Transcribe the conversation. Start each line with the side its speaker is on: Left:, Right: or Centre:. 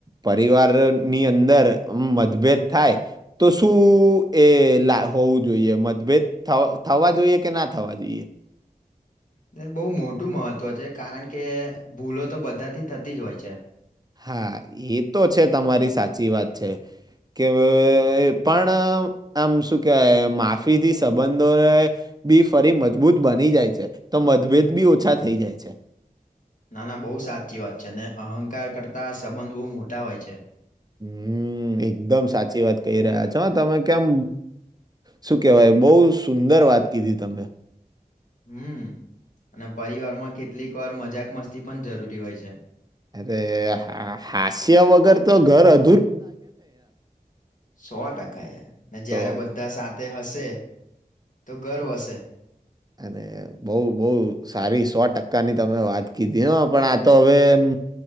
Right: પરિવાર ની અંદર મતભેદ થાય તો શું? એ હોવું જોઈએ મતભેદ થવા જોઈએ કે ના થવા જોઈએ?
Left: દેક બઉ મોટું મહત્ત્વ છે કારણ કે ભૂલો તો બધાથી થતી જ હોય છે.
Right: હા એ તો છે તમારી સાચી વાત છે. કે પણ આમ શું કેવાય માફીથી સંબંધોને બી ફરી મજબૂત બની જાય છે તો મતભેદ બી ઓછા થઈ જાય છે.
Left: નાના બઉ સાચી વાત છે ને અહંકાર કરતા સંબંધ બઉ મોટા હોય છે.
Right: હમ એકદમ સાચી વાત કહી રહ્યા છો તમે કેમ શું કેવાય બઉ સુંદર વાત કીધી તમે.
Left: હમ અને પરિવારમાં કેટલીક વાર મજાક મસ્તી પણ જરૂરી હોય છે.
Right: અરે હાસ્ય વગર તો ઘર અ
Left: સો ટકા યાર ને જ્યારે
Right: તો
Left: બધા સા તે હશે તો ગર્વ હશે.
Right: અને બઉ બઉ સારી સો ટકાની તમે વાત કીધી પણ આતો હવે હમ.